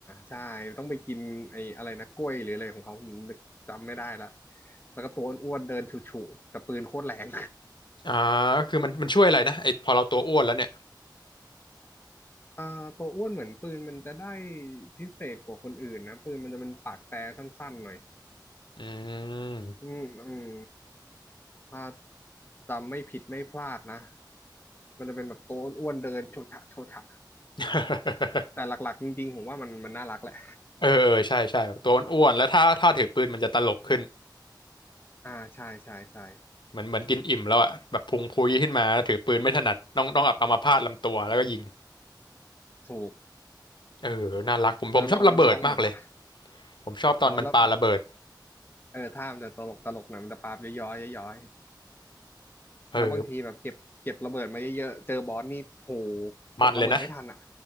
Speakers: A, on the left; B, on the left.
A: ใช่ต้องไปกินไอ้อะไรนะกล้วยหรืออะไรของเขาผมจำไม่ได้ละแล้วก็ตัวอ้วนๆเดินฉุๆแต่ปืนโคตรแรง
B: อ่าก็คือมันมันช่วยอะไรนะไอพอเราตัวอ้วนแล้วเนี่ย
A: <laughs> เอ่อตัวอ้วนเหมือนปืนมันจะได้พิเศษกว่าคนอื่นนะปืนมันจะเป็นปากแต่สั้นๆหน่อย
B: อืม
A: อืม อืม ถ้าจำไม่ผิดไม่พลาดนะมันจะเป็นแบบตัวอ้วนๆเดินโชฉะโชฉะ
B: <laughs>
A: แต่หลักๆจริงๆผมว่ามันมันน่ารักแหละ
B: เออ เออ ใช่ใช่แบบตัวอ้วนๆแล้วถ้าถ้าถือปืนมันจะตลกขึ้น
A: อ่าใช่ใช่ใช่
B: เหมือนเหมือนกินอิ่มแล้วอะแบบพุงพุยขึ้นมาแล้วถือปืนไม่ถนัดต้องต้องอับอัมพาตลำตัวแล้วก็ยิง
A: ถูก
B: เออน่ารักผมผมชอบระเบิดมากเลย
A: แล้วเราก็จะต้องแบบว่า
B: ผมชอบตอนมันปาระเบิด
A: อ๋อแล้ว เออถ้ามันจะตลกตลกหน่อยมันจะปาบย้อยย้อยๆย้อยๆแล้วบางทีแบบเก็บเก็บระเบิดมาเยอะๆเจอบอสนี่โห
B: เออ มันเลยนะ
A: กดระเบิดไม่ทันอ่ะ